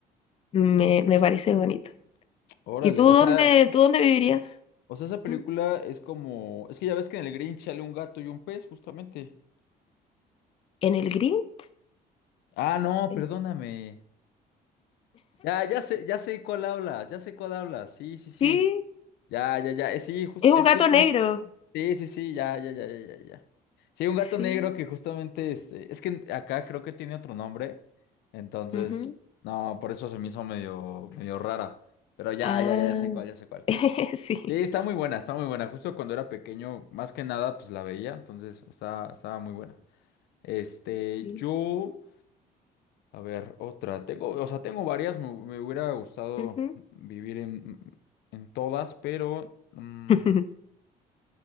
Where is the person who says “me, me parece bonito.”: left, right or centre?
Left